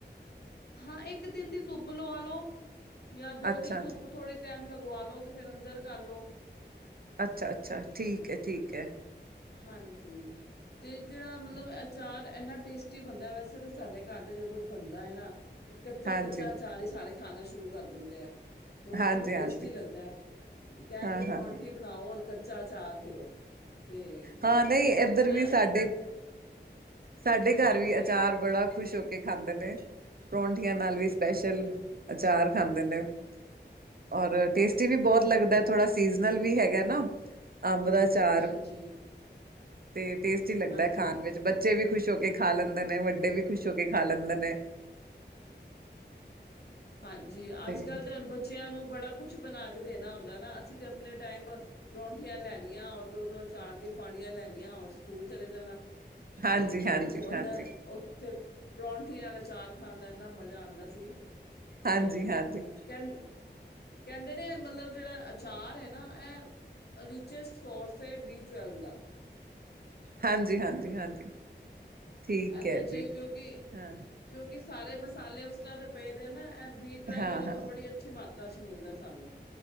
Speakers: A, on the left; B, on the right.
A: ਹਾਂ ਇੱਕ ਦਿਨ ਦੀ ਧੁੱਪ ਲਵਾ ਲਓ। ਜਾਂ ਦੋ
B: ਅੱਛਾ
A: ਦਿਨ ਧੁੱਪ
B: ਜੀ
A: ਥੋੜੀ ਟੈਮ ਲਗਵਲੋ ਤੇ ਫੇਰ ਅੰਦਰ ਕਰ ਲੋ।
B: ਅੱਛਾ- ਅੱਛਾ। ਠੀਕ ਹੈ, ਠੀਕ ਹੈ।
A: ਹਾਂਜੀ। ਤੇ ਜਿਹੜਾ ਮਤਲਬ ਅਚਾਰ ਇੰਨਾ ਟੇਸਟੀ ਬਣਦਾ। ਵੈਸੇ ਤਾਂ ਸਾਡੇ ਘਰ ਤਾਂ ਜਦੋਂ ਬਣਦਾ ਹੈ ਨਾ। ਤੇ ਕੱਚਾ
B: ਹਾਂਜੀ
A: -ਕੱਚਾ ਅਚਾਰ ਹੀ ਸਾਰੇ ਖਾਣਾ ਸ਼ੁਰੂ ਕਰ ਦਿੰਦੇ ਆ। ਕਿ ਉਹਨਾਂ
B: ਹਾਂਜੀ
A: ਨੂੰ ਟੇਸਟੀ
B: ਹਾਂਜੀ
A: ਲੱਗਦਾ ਐ। ਕਹਿਣਗੇ,
B: ਹਾਂ
A: ਪਰੌਂਠੀ
B: ਹਾਂ ਹਾਂ
A: ਬਣਾਓ ਔਰ। ਕੱਚਾ ਅਚਾਰ ਦਿਓ। ਤੇ
B: ਹਾਂ
A: ਕੱਚਾ
B: ਨਹੀਂ ਇੱਧਰ
A: ਔਰ
B: ਵੀ ਸਾਡੇ ਸਾਡੇ ਘਰ
A: ਹਾਂਜੀ
B: ਵੀ ਅਚਾਰ ਬੜਾ ਖੁਸ਼ ਹੋ ਕੀ ਖਾਂਦੇ ਨੇ। ਪਰੌਂਠੀਆਂ ਨਾਲ ਵੀ ਸਪੈਸ਼ਲ ਅਚਾਰ ਖਾਂਦੇ ਨੇ। ਔਰ ਟੇਸਟੀ
A: ਹਾਂਜੀ
B: ਵੀ ਬਹੁਤ ਲੱਗਦਾ। ਥੋੜ੍ਹਾ ਸੀਜ਼ਨ ਵੀ ਹੈਗਾ ਨਾ, ਅੰਬ ਦਾ। ਅਚਾਰ
A: ਹਾਂਜੀ।
B: ਤੇ ਟੇਸਟੀ ਲਗਦਾ
A: ਹਾਂਜੀ।
B: ਐ ਖਾਣ ਵਿੱਚ ਬਰ ਬੱਚੇ ਵੀ ਖੁਸ਼ ਹੋ ਕੇ ਖਾ ਲੈਂਦੇ ਨੇ, ਵੱਡੇ ਵੀ ਖੁਸ਼ ਹੋ ਕੇ ਖਾ ਲੈਂਦੇ ਨੇ।
A: ਹਾਂਜੀ।
B: ਤੇ
A: ਅੱਜ - ਕੱਲ੍ਹ ਤਾਂ ਹੁਣ ਬੱਚ ਬੱਚਿਆਂ ਨੂੰ ਬੜਾ ਕੁਛ ਬਣਾ ਕੇ ਦੇਣਾ ਹੁੰਦਾ ਨਾ। ਅਸੀਂ ਤੇ ਆਪਣੇ ਟਾਈਮ ਪਰੌਂਠੀਆਂ ਲੈਣੀਆਂ, ਔਰ ਦੋ- ਦੋ ਚਾਰ ਦੀਆਂ ਫਾੜੀਆਂ ਲੈਣੀਆਂ, ਔਰ ਸਕੂਲ ਚਲੇ ਜਾਣਾ।
B: ਹਾਂਜੀ
A: ਤੇ
B: ਹਾਂਜੀ
A: ਪਰਸੋ ਉਹਨਾਂ----ਓਹ!
B: ਹਾਂਜੀ ਹਾਂਜੀ
A: ਤੇ ਪ੍ਰੌਠੀਆਂ ਨਾਲ ਅਚਾਰ ਖਾਣ ਦਾ ਇੰਨਾ ਮਜ਼ਾ ਆਦਾਂ ਸੀ। ਤੇ,
B: ਹਾਂਜੀ ਹਾਂਜੀ
A: ਕਹਨ ਕਹਿੰਦੇ ਨੇ, ਮਤਲਬ ਜਿਹੜਾ ਅਚਾਰ ਹੈ ਨਾ, ਐਹ ਰਿਚੈਸ ਸੋਰਸ ਹੈ ਬੀ ਟਵੈਲਵ ਦਾ।
B: ਹਾਂਜੀ- ਹਾਂਜੀ- ਹਾਂਜੀ। ਠੀਕ
A: ਇਹਦੇ
B: ਹੈ
A: ਚ
B: ਜੀ।
A: ਕਿਉਂਕਿ
B: ਹਾਂ।
A: ਕਿਉਂਕਿ ਸਾਰੇ ਮਸਾਲੇ ਉਸ ਤਰ੍ਹਾਂ ਦੇ ਪਏ ਦੇ ਨਾ, ਐਹ ਬੀ ਟਵੈਲਵੈਲ
B: ਹਾਂ ਹਾਂ
A: ਤੋਂ ਬੜੀ ਅੱਛੀ ਮਾਤਰਾ 'ਚ ਮਿਲਦਾ ਸਾਨੂੰ,